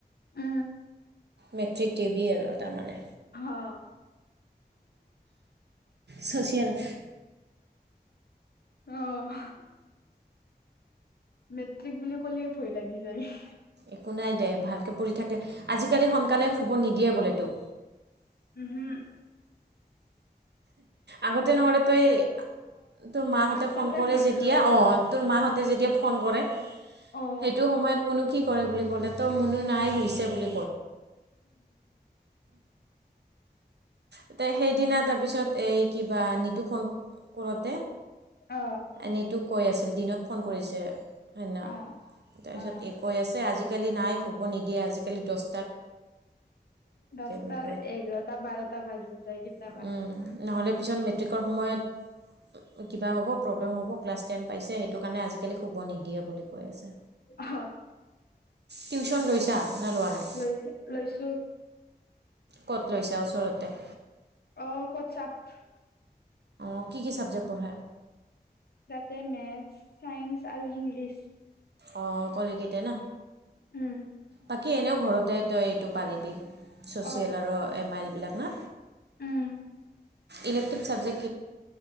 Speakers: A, on the left (about 70°); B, on the right (about 80°).
A: উম
B: মেট্ৰিক দিবি আৰু তাৰমানে।
A: অ
B: ছ'চিয়েল
A: অ' মেট্ৰিক বুলি ক'লে ভয় লাগি যায়।
B: একো নাই দে, ভালকে পঢ়ি থাকিলে আজিকালি সোনকালে শুব নিদিয়ে বোলে তোক!
A: উহু
B: আগতে নহ'লে তই তোৰ মাহঁতে
A: সাতটাতে
B: ফোন কৰে
A: সোমাইছিলো
B: যেতিয়া, অ, তোৰ মাহঁতে যেতিয়া ফোন কৰে,
A: অ
B: সেইটো সময়ত মুনু কি কৰে বুলি ক'লে তই মুনু নাই ছে বুলি এতিয়া সেইদিনা তাৰপিছত এই কিবা নিতুক ফোন কৰোঁতে,
A: অ
B: নিতুক কৈ আছিল দিনত ফোন কৰিছে। <unintelligible>
A: অ
B: তাৰপিছত
A: অ
B: এ কৈ আছে আজি কালি নাই শুব নিদিয়ে, আজিকালি দছ
A: দছটা,
B: বুলি
A: এঘাৰটা, বাৰটা বাজি যায় কেতিয়াবা।
B: উম, নহ'লে পিছত মেট্ৰিকৰ সময়ত কিবা হ'ব, প্ৰব্লেম হ'ব, ক্লাছ টেন পাইছে, সেইটোকাৰনে আজিকালি শুব নিদিয়ে বুলি কৈ আছে।
A: অ
B: টিউচন লৈছা নে লোৱা নাই?
A: লৈ লৈছো
B: ক'ত লৈছা ওচৰত? টে <unintelligible>
A: অ'কচাপ <unintelligible>
B: অ-কি কি চাবজেক্ট পঢ়ায়?
A: তাতে মেথ, চাইন্স আৰু ইংলিছ।
B: অ- অকল এই কেইটা ন?
A: উম-
B: বাকী এনেও ঘৰতে তই এইটো পাৰিবি। ছ'চিয়েল
A: অ
B: আৰু এম-আইল বিলাক না?
A: উম
B: ইলেকটিভা চাবজেক্ট -